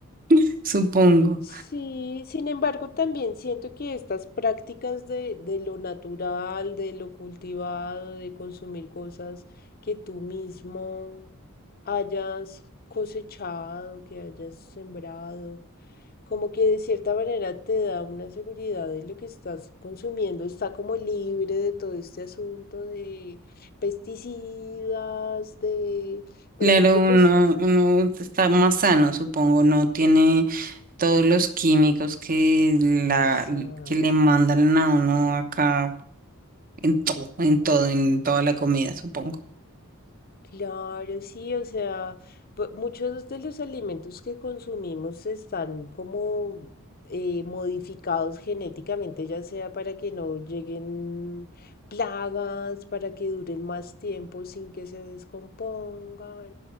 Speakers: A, on the right; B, on the left.
A: <laughs> Supongo.
B: Sí, sin embargo, también siento que estas prácticas de, de lo natural, de lo cultivado, de consumir cosas que tú mismo hayas cosechado, que hayas sembrado, como que de cierta manera te da una seguridad de lo que estás consumiendo, está como libre de todo este asunto de pesticidas, de, por
A: Claro,
B: ejemplo,
A: uno,
B: pues...
A: uno está más sano, supongo, no tiene todos los químicos que la,
B: Exacto.
A: que le mandan a uno acá en todo, en todo, en toda la comida, supongo.
B: Claro, sí, o sea, bu- muchos de los alimentos que consumimos están como eh, modificados genéticamente, ya sea para que no lleguen plagas, para que duren más tiempo sin que se descompongan,